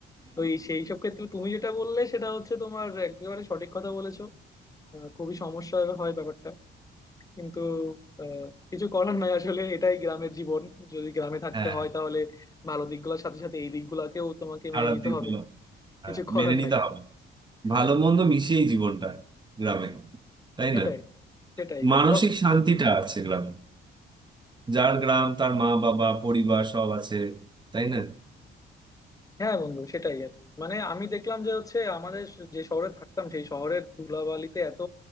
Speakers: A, on the left; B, on the right.
A: তো এই সেই সব ক্ষেত্রে তুমি যেটা বললে সেটা হচ্ছে তোমার একেবারে সঠিক কথা বলেছো আহ, খুবই সমস্যা হয় ব্যাপারটা কিন্তু আহ, কিছু করার নাই আসলে এটাই গ্রামের জীবন যদি গ্রামে থাকতে
B: হ্যাঁ,
A: হয় তাহলে ভালো দিকগুলোর সাথে সাথে এই দিকগুলাকেও তোমাকে
B: খারাপ
A: মেনে নিতে
B: দিকগুলো
A: হবে
B: হ্যাঁ,
A: কিছু করার
B: মেনে নিতে
A: নাই
B: হবে ভালো মন্দ মিশিয়েই জীবনটা গ্রামে তাই
A: সেটাই
B: না
A: সেটাই
B: মানসিক
A: তো
B: শান্তিটা আছে গ্রামে যার গ্রাম তার মা বাবা পরিবার সব আছে তাই না
A: হ্যাঁ বন্ধু সেটাই আর কি। মানে আমি দেখলাম যে হচ্ছে আমাদের যে শহরে থাকতাম সেই শহরের ধুলাবালিতে এত